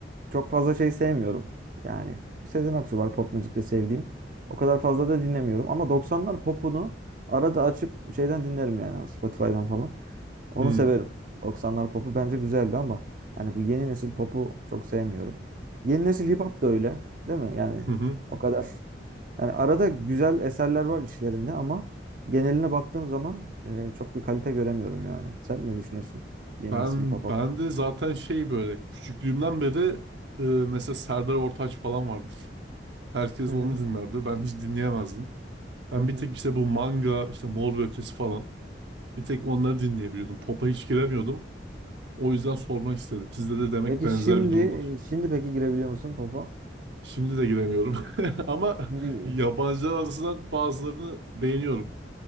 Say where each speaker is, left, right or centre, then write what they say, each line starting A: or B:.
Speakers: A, on the right; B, on the right.
A: çok fazla şey sevmiyorum. Yani Sezen Aksu var pop müzikte sevdiğim. O kadar fazla da dinlemiyorum. Ama doksanlar popunu arada açıp şeyden dinlerim yani Spotify'dan falan. Onu
B: Hmm.
A: severim. 90'lar popu bence güzeldi ama yani bu yeni nesil popu çok sevmiyorum. Yeni nesil hip hop da öyle, değil mi? Yani
B: Hı hı.
A: o kadar. Yani arada güzel eserler var içlerinde ama geneline baktığım zaman e, çok bir kalite göremiyorum yani. Sen ne düşünüyorsun? Yeni
B: Ben
A: nesil hip hop. hakkında?
B: ben de zaten şey böyle küçüklüğümden beri e, mesela Serdar Ortaç falan vardır. Herkes
A: Hı hı.
B: onu dinlerdi. Ben hiç dinleyemezdim. Ben
A: Hı hı.
B: bir tek işte bu manga, işte Mor ve Ötesi falan. Bir tek onları dinleyebiliyordum. Pop'a hiç giremiyordum. O yüzden sormak istedim. Sizde de demek
A: Peki
B: benzer
A: şimdi
B: bir durum var.
A: şimdi peki girebiliyor musun popa?
B: Şimdi de giremiyorum. <laughs> Ama
A: Şimdi
B: yabancılar arasından bazılarını beğeniyorum.